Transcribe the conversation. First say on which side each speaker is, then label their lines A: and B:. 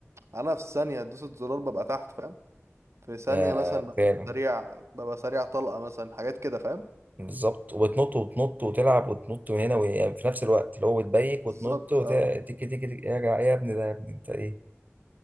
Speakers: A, on the right; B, on the right.
A: انا في ثانيه دوسة زرار ببقى تحت فاهم في ثانيه
B: آه
A: مثلا ببقى
B: فعلا
A: سريع ببقى سريع طلقه مثلا حاجات كده فاهم
B: بالظبط وتنط وتنط وتلعب وتنط من هنا وهي- في نفس الوقت اللي هو بتبيك
A: بالظبط
B: وتنط وت-
A: اه
B: تيكي تيكي تيكي يا جا- يا ابني ده يا ابني انت ايه